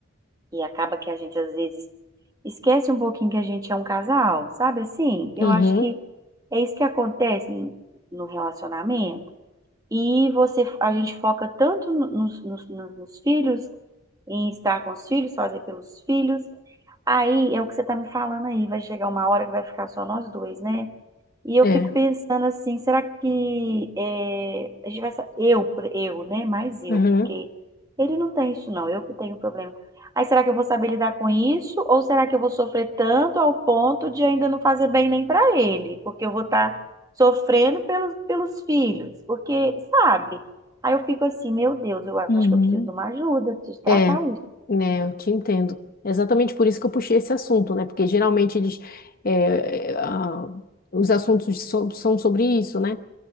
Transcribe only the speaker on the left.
Uhum,
é.
Uhum,
uhum.
É,
né, eu te entendo. Exatamente por isso que eu puxei esse assunto, né? Porque geralmente eles, é, é, a- os assuntos so- são sobre isso, né?